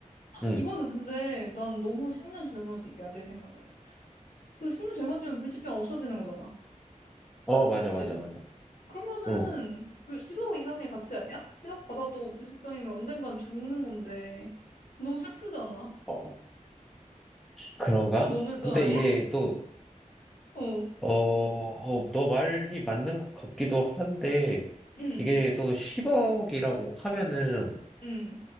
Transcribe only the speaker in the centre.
응어
맞아
맞아 맞아
응
어, 그런가
근데
이게 또
어, 어, 너 말이 맞는 것 같기도 한데
이게 또 10억이라고 하면은